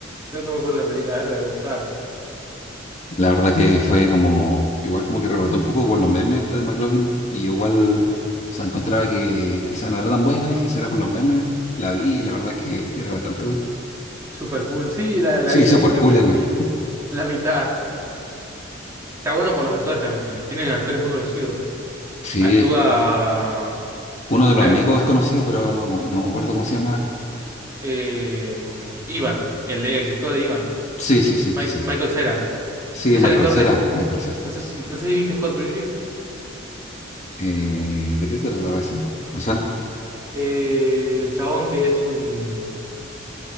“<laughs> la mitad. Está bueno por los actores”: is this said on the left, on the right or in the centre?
Right